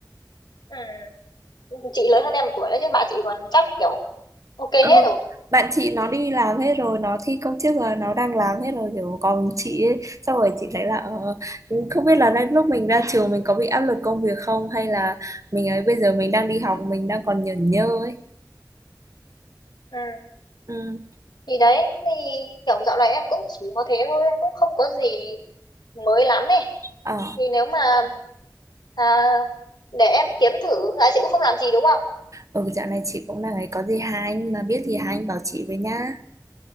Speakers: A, on the left; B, on the right.
A: ừ. chị lớn hơn em một tuổi đấy chứ bạn chị còn chắc kiểu ok
B: Ừ.
A: hết rồi
B: Bạn chị nó đi làm hết rồi nó thi công chức rồi nó đang làm hết rồi kiểu còn chị ấy, xong rồi chị thấy là ờ, không biết là đến lúc mình ra trường mình có bị áp lực công việc không hay là mình ấy bây giờ mình đang đi học mình đang còn nhởn nhơ ấy
A: ừ.
B: ừ
A: thì đấy thì kiểu dạo này em cũng chỉ có thế thôi cũng không có gì mới lắm ấy
B: ờ
A: thì nếu mà à, để em kiếm thử dạ chị cũng không làm gì đúng không
B: ừ, dạo này chị cũng đang ấy có gì hai anh mà biết gì hai anh bảo chị với nhá